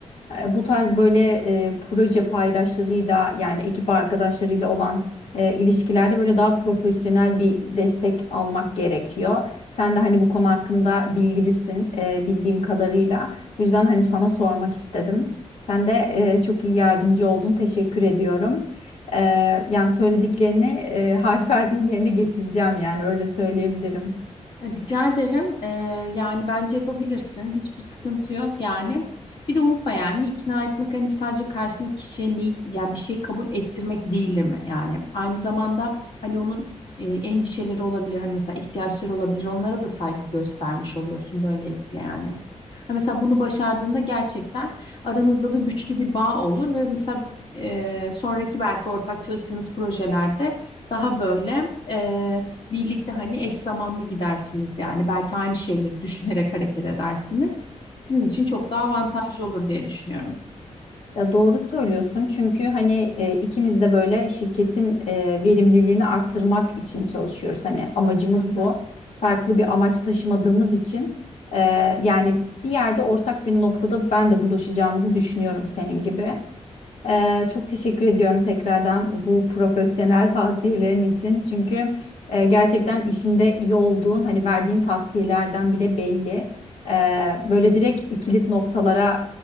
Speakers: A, on the left; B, on the left.
A: e, bu tarz böyle e, proje paydaşlarıyla yani ekip arkadaşlarıyla olan e, ilişkilerde böyle daha profesyonel bir destek almak gerekiyor. Sen de hani bu konu hakkında bilgilisin e, bildiğim kadarıyla. Bu yüzden hani sana sormak istedim. Sen de e, çok iyi yardımcı oldun. Teşekkür ediyorum. E, yani söylediklerini e, <laughs> harf harfin yerine getireceğim yani öyle söyleyebilirim.
B: Rica ederim. Ee, yani bence yapabilirsin. Hiçbir sıkıntı yok yani. Bir de unutma yani ikna etmek hani sadece karşındaki kişiye ni yani bir şey kabul ettirmek değildir mi yani. Aynı zamanda hani onun e, endişeleri olabilir. Hani mesela ihtiyaçları olabilir. Onlara da saygı göstermiş oluyorsun böylelikle yani. Ha mesela bunu başardığında gerçekten aranızda da güçlü bir bağ olur ve mesela e, sonraki belki ortak çalıştığınız projelerde daha böyle e, birlikte hani eş zamanlı gidersiniz yani. Belki aynı şeyleri düşünerek hareket edersiniz. Sizin için çok daha avantajlı olur diye düşünüyorum.
A: Ya doğru söylüyorsun çünkü hani e, ikimiz de böyle şirketin e, verimliliğini arttırmak için çalışıyoruz. Hani amacımız
B: Hı.
A: bu. Farklı bir amaç taşımadığımız için e, yani bir yerde ortak bir noktada ben de buluşacağımızı düşünüyorum senin gibi. Ee, çok teşekkür ediyorum tekrardan bu profesyonel tavsiyelerin için. Çünkü e, gerçekten işinde iyi olduğun, hani verdiğin tavsiyelerden bile belli. Ee, böyle direkt kilit noktalara